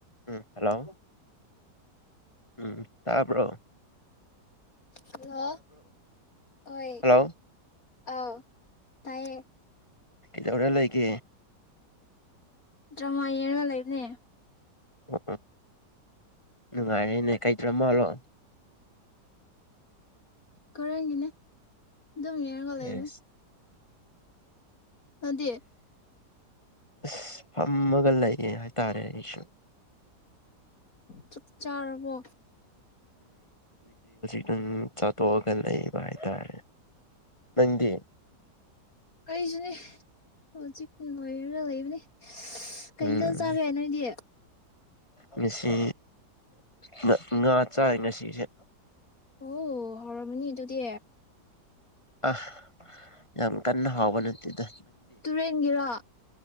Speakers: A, on the left; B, on the left.
A: ꯎꯝ hello ꯎꯝ ꯇꯄ꯭ꯔꯣ
B: hello ꯑꯣꯏꯣꯏ
A: ꯍꯜꯂꯣ
B: ꯑ ꯇꯥꯏꯌꯦꯦ
A: ꯀꯧꯔ ꯂꯩ ꯀ
B: ꯗ꯭ꯔꯃꯥ ꯌꯦꯡꯒ ꯂꯩꯕꯅꯦ <inaudible>
A: ꯎ ꯎ ꯅꯨꯡꯉꯥꯏꯔꯦꯅꯦ ꯀꯩꯗꯔ ꯃꯥꯜꯂꯣ
B: ꯀꯔꯒꯅꯦ ꯑꯗꯨꯝꯔꯒꯂ ꯂꯩꯕ
A: ꯑꯦꯁ
B: ꯑꯗꯦ
A: ꯑꯁ ꯐꯝꯃꯒ ꯂꯩꯌꯦ ꯍꯥꯏꯇꯥꯔꯦ ꯑꯩꯁꯨ
B: ꯆꯥꯛ ꯆꯥꯔꯕꯣ
A: ꯑꯗꯨꯝ ꯆꯥꯊꯣꯛꯑꯒ ꯂꯩꯕ ꯍꯥꯏꯇꯥꯔꯦ ꯅꯪꯗꯤ
B: ꯑꯩꯁꯨꯅꯤ ꯍꯧꯖꯤꯛ <unintelligible> ꯀꯣꯏ ꯂꯩꯕꯅꯦ ꯀꯩ
A: ꯎꯝ
B: ꯏꯟꯖꯥꯡ ꯆꯥꯒꯦ ꯅꯣꯏꯗꯤ
A: ꯉꯁꯤ ꯉ ꯉꯥ ꯆꯥꯏ ꯉꯁꯤꯁꯦ
B: ꯑꯣ ꯍꯥꯎꯔꯝꯃꯅꯤ ꯑꯗꯨꯗꯤ
A: ꯑꯥ ꯌꯥꯝ ꯀꯟꯅ ꯍꯥꯎꯕ‌ ꯅꯠ ꯇꯦꯗ
B: ꯇꯨꯔꯦꯟꯒꯤꯔꫭ